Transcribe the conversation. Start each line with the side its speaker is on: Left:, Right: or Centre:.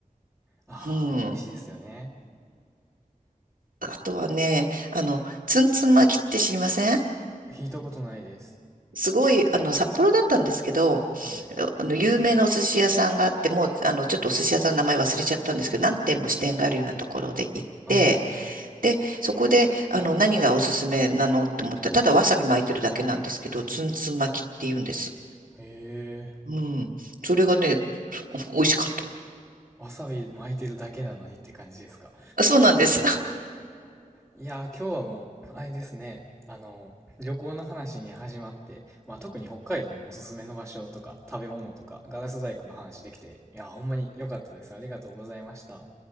Centre: ああ、
Right: うん。
Centre: 美味しいですよね。
Right: あとはね、あの、ツンツン巻きって知りません
Centre: 聞いたことないです。
Right: すごい、あの、札幌だったんですけど、
Centre: はい。
Right: あの、有名なお寿司屋さんがあって、もう、あの、ちょっとお寿司屋さんの名前忘れちゃったんですけど、何店も支店があるようなところで行って、
Centre: ああ、
Right: で、そこで、あの、何がおすすめなのって思ったら、ただわさび巻いてるだけなんですけど、ツンツン巻きって言うんです。
Centre: へえ。
Right: うん。それがね、美味しかっ
Centre: わさび巻いてるだけなのにって感じですか。
Right: た。<laughs> そうなんです。
Centre: いやー、今日はもう、あれですね、あの、旅行の話に始まって、まあ特に北海道のおすすめの場所とか、食べ物とか、ガラス細工の話できて、いやー、ほんまに良かったです。ありがとうございました。